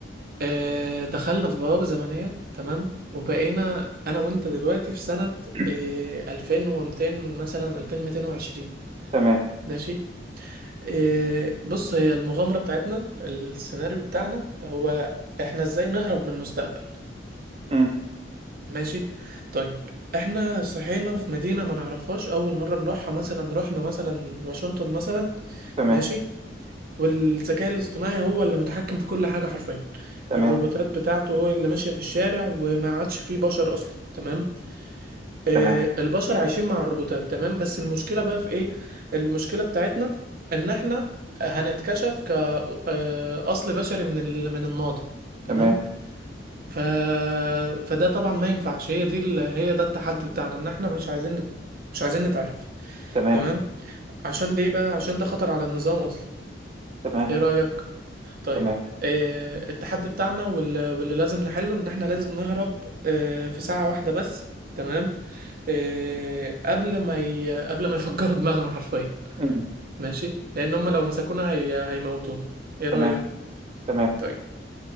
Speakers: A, on the right; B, on the right.
A: آه، دخلنا في بوابة زمنية تمام وبقينا أنا وأنت دلوقتي في سنة
B: <clears throat>
A: آه، 2200 مثلا 2220
B: تمام
A: ماشي آه، بص هي المغامرة بتاعتنا السيناريو بتاعنا هو إحنا إزاي نهرب من المستقبل
B: مم.
A: ماشي طيب إحنا صحينا في مدينة ما نعرفهاش أول مرة نروحها مثلا رحنا مثلا واشنطن مثلا
B: تمام
A: ماشي والذكاء الاصطناعي هو اللي متحكم في كل حاجة حرفيا
B: تمام
A: الروبوتات بتاعته هو اللي ماشية في الشارع وما عادش فيه بشر أصلا تمام آه
B: تمام
A: البشر عايشين مع الروبوتات تمام بس المشكلة بقى في إيه المشكلة بتاعتنا إن إحنا هنتكشف كأصل بشري من ال... من الماضي تمام
B: تمام
A: ف... فده طبعا ما ينفعش هي دي ال... هي ده التحدي بتاعنا إن إحنا مش عايزين نت... مش عايزين نتعرف
B: تمام
A: تمام عشان ليه بقى عشان ده خطر على النظام أصلا
B: تمام
A: إيه رأيك طيب
B: تمام
A: آه، التحدي بتاعنا وال- واللي لازم نحله ان احنا لازم نهرب آه، في ساعة واحدة بس تمام آه، قبل ما ي... قبل ما يفجروا دماغنا حرفيا
B: مم.
A: ماشي لان هم لو مسكونا هي... هيموتونا ايه رأيك
B: تمام تمام
A: طيب